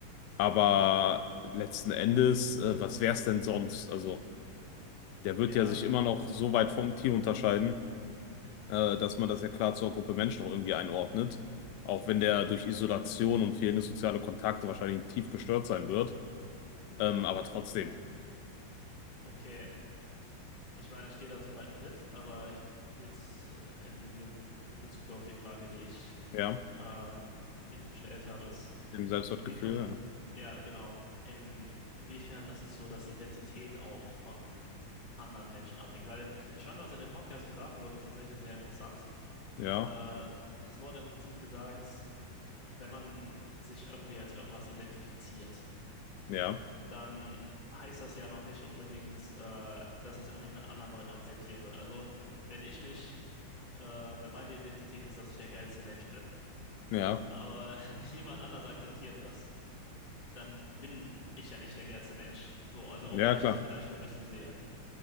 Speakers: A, on the left; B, on the left.
A: Aber
B: ja,
A: letzten Endes, äh, was wär's denn sonst? Also, der wird
B: ja,
A: ja sich immer noch so weit vom Tier unterscheiden, äh, dass man das ja klar zur Gruppe Mensch noch irgendwie einordnet. Auch wenn der durch Isolation und fehlende soziale Kontakte wahrscheinlich tief gestört sein wird.
B: ja.
A: Ähm, aber trotzdem,
B: Okay, ich meine, ich gehe da soweit mit, aber jetzt äh, in, Be in Bezug auf die Frage, die ich
A: ja,
B: ähm, eben gestellt habe, ist
A: im Selbstwertgefühl,
B: Inwiefern,
A: ja,
B: ja, genau. Inwiefern ist es so, dass Identität auch von anderen Menschen abhängt? Weil ich fand, was in dem Podcast gesagt wurde, tatsächlich sehr interessant.
A: ja,
B: Äh, es wurde im Prinzip gesagt, äh, wenn man sich irgendwie als irgendwas identifiziert,
A: ja,
B: dann heißt das ja noch nicht unbedingt, äh, dass das irgendwie von anderen Leuten akzeptiert wird. Also, wenn ich mich, äh, wenn meine Identität ist, dass ich der geilste Mensch bin,
A: ja,
B: aber <laughs> niemand anders akzeptiert das dann bin ich ja nicht der geilste Mensch. So, also auch
A: ja,
B: wenn ich
A: klar.
B: das vielleicht für mich so sehe.